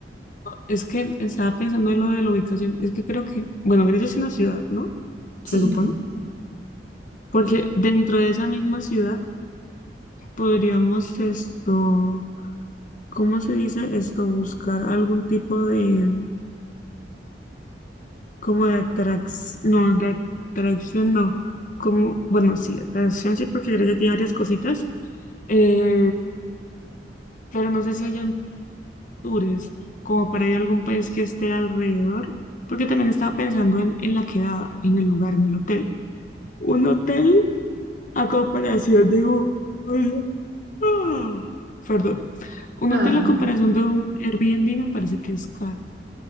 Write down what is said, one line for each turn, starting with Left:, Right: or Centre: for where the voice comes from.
Left: Es que estaba pensando en lo de la ubicación. Es que creo que, bueno, Grecia es una ciudad, ¿no?
Right: Sí,
Left: Se supone. Porque dentro de esa misma ciudad podríamos esto, ¿cómo se dice esto? Buscar algún tipo de, como de atracción, no, de atracción no. Como, bueno, sí, atracción sí, porque Grecia tiene varias cositas. Eh, pero no sé si allá tours, como para ir a algún país que esté alrededor, porque también estaba pensando en, en la quedada, en el lugar, en el hotel. Un hotel a comparación de un... Ah, perdón. Un
Right: no,
Left: hotel
Right: no te
Left: a
Right: preocupes.
Left: comparación de un Airbnb me parece que es caro.